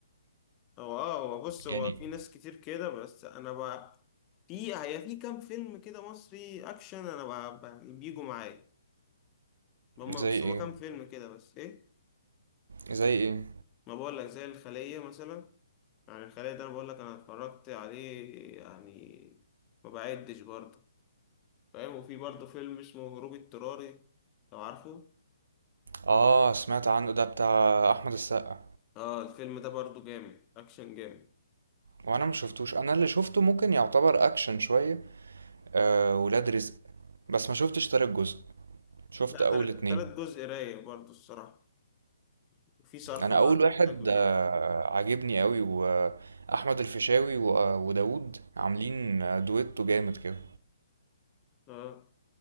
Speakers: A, on the left; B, on the right.
A: هو اه هو بص هو
B: يعني
A: في ناس كتير كده بس انا بقى في هي في كام فيلم كده مصري اكشن انا بقى بقى يعني بيجوا معايا هما
B: زي
A: بس هما
B: ايه
A: كام فيلم كده بس ايه
B: زي ايه
A: ما بقول لك زي الخلية مثلا يعني الخلية ده انا بقول لك انا اتفرجت عليه يعني ما بعدش برضه فاهم وفي برضه فيلم اسمه هروب اضطراري لو عارفه
B: اه سمعت عنه ده بتاع احمد السقا
A: اه الفيلم ده برضو جامد اكشن جامد
B: وانا
A: هيعجبك.
B: ما شفتوش انا اللي شفته ممكن يعتبر اكشن شوية آه ولاد رزق بس ما شفتش تالت جزء شفت
A: لا
B: اول
A: تلات
B: اتنين
A: تلات جزء رايق برضو الصراحة وفي صرف
B: انا
A: بقى
B: اول واحد
A: حاجة كده
B: آه، عاجبني قوي واحمد الفيشاوي و- وداوود عاملين آه، دويتو جامد كده
A: اه